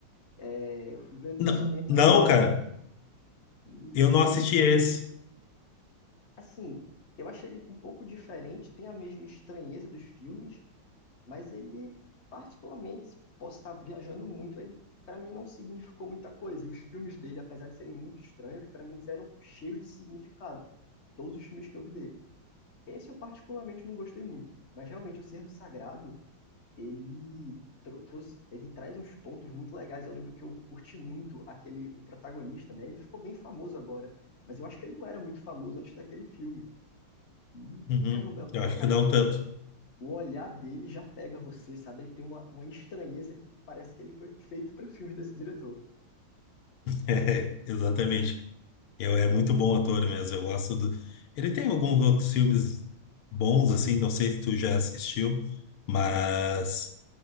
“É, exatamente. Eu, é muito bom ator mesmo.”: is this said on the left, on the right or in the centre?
Left